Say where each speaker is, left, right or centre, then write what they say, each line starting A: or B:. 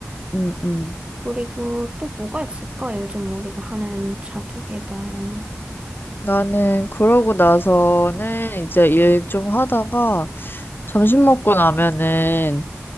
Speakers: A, on the left; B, on the right.
A: 음, 음.
B: 그리고 또 뭐가 있을까? 요즘 우리가 하는 자기 개발.
A: 나는 그러고 나서는 이제 일 좀 하다가 점심 먹고 나면은